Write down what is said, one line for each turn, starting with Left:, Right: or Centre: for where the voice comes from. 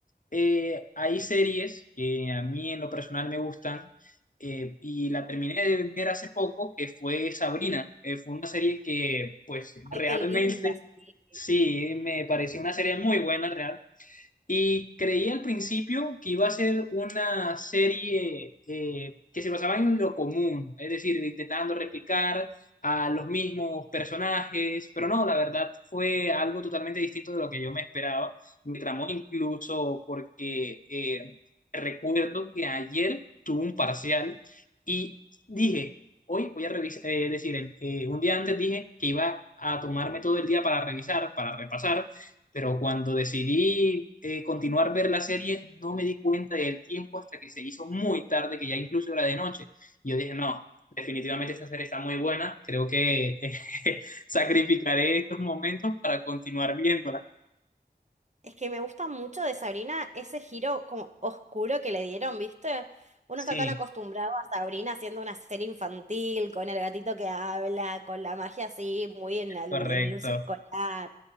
Left: Eh, hay series que a mí en lo personal me gustan eh, y la terminé de ver hace poco, que fue Sabrina. Eh, fue una serie que pues realmente...
Right: Ay, qué linda, sí.
Left: Sí, me pareció una serie muy buena, real. Y creí al principio que iba a ser una serie eh, que se basaba en lo común, es decir, intentando replicar a los mismos personajes, pero no, la verdad fue algo totalmente distinto de lo que yo me esperaba. Me tramó incluso porque eh, recuerdo que ayer tuve un parcial y dije, hoy voy a revisar, eh, es decir, el- eh, un día antes dije que iba a tomarme todo el día para revisar, para repasar pero cuando decidí eh, continuar ver la serie, no me di cuenta del tiempo hasta que se hizo muy tarde, que ya incluso era de noche. Y yo dije, no, definitivamente esta serie está muy buena, creo que eh, <laughs> sacrificaré estos momentos para continuar viéndola.
Right: Es que me gusta mucho de Sabrina ese giro como oscuro que le dieron, ¿viste? Uno
Left: Sí,
Right: está tan acostumbrado a Sabrina haciendo una serie infantil, con el gatito que habla, con la magia así, muy en la- en
Left: correcto.
Right: el, uso escolar.